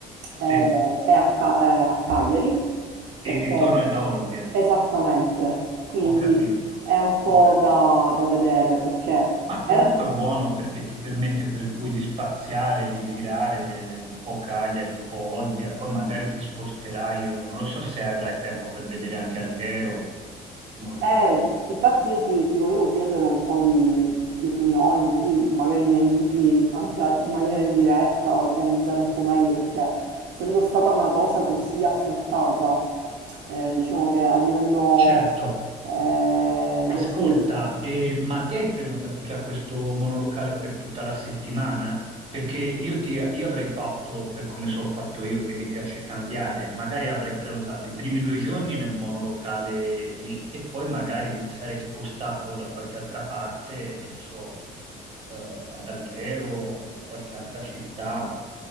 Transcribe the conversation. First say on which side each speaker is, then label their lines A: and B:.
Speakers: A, on the right; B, on the right.
A: eh,
B: sì, e
A: è a, Ca- eh, a Cagliari, perché
B: il ritorno è da Olbia.
A: esattamente, quindi
B: Ho capito,
A: è un po'
B: ho capito.
A: da, da vedere perché
B: Ma comunque
A: era...
B: è buono perché ti permette per cui di spaziare, di girare eh, un po' Cagliari, un po' Olbia, poi magari ti sposterai, eh, non lo so se avrai tempo per vedere anche Alghero, che è molto
A: Eh,
B: bella.
A: infatti io ti, ti volevo chiedere un po' di, di opinioni, così magari mi aiuti anche a- in maniera indiretta a organizzare un po' meglio, perché essendo stata una cosa così affrettata, eh, diciamo che a livello
B: Certo,
A: eh,
B: Ascolta,
A: così,
B: eh, ma te hai prenotato già questo monolocale per tutta la settimana? Perché io, ti- io avrei fatto, per come sono fatto io, che mi piace cambiare, magari avrei prenotato i primi due giorni nel monolocale lì e poi magari mi sarei spostato da qualche altra parte, che so, eh, ad Alghero o qualche altra città,